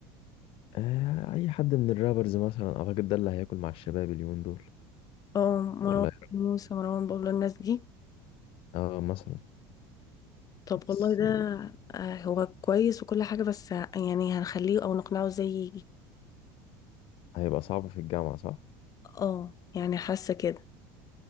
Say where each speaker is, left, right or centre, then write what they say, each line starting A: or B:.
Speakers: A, on the left; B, on the left.
A: آه، أي حد من الرابرز مثلا أعتقد ده اللي هياكل مع الشباب اليومين دول
B: اه مروان
A: ولا
B: موسى مروان بابلو الناس دي
A: آه مثلا
B: طب
A: بس
B: والله ده اه، هو كويس وكل حاجة بس ه- يعني هنخليه او نقنعه ازاي يجي
A: هيبقى صعب في الجامعة صح؟
B: اه يعني حاسة كده